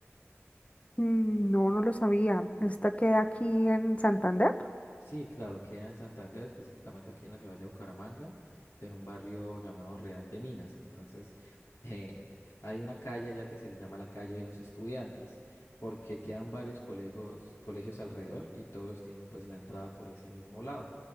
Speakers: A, on the left (about 25°); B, on the left (about 65°).
A: Mm, No, no lo sabía. ¿Esta queda aquí en Santander?
B: Sí, claro, queda en Santander, específicamente aquí en la ciudad de Bucaramanga, en un barrio llamado Real de Minas. Entonces, eh, hay una calle allá que se le llama la calle de los estudiantes, porque quedan varios colegios, colegios alrededor y todos tienen pues la entrada por ese mismo lado.